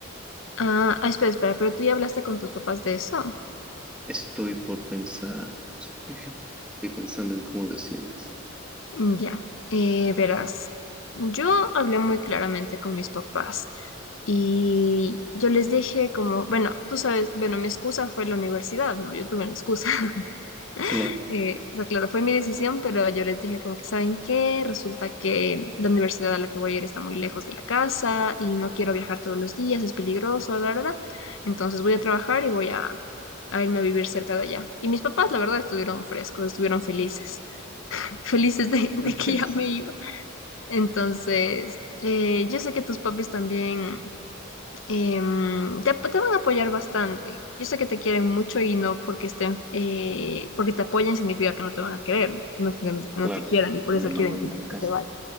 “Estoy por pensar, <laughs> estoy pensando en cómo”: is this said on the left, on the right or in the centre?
Centre